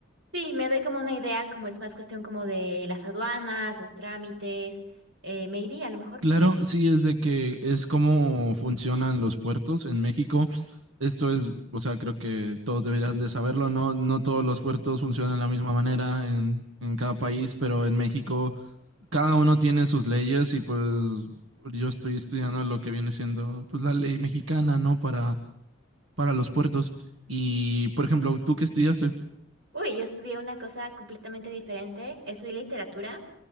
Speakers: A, on the right; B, on the right.
A: Sí, me doy como una idea, como es más cuestión como de las aduanas, los trámites, eh, maybe a lo mejor.
B: Claro, sí es de que es cómo funcionan los puertos en México. Esto es, o sea, creo que todos deberían de saberlo, ¿no? No todos los puertos funcionan de la misma manera en, en cada país, pero en México cada uno tiene sus leyes y pues yo estoy estudiando lo que viene siendo pues la ley mexicana, ¿no? Para, para los puertos. Y, por ejemplo, ¿tú qué estudiaste?
A: Uy, yo estudié una cosa completamente diferente, estudié literatura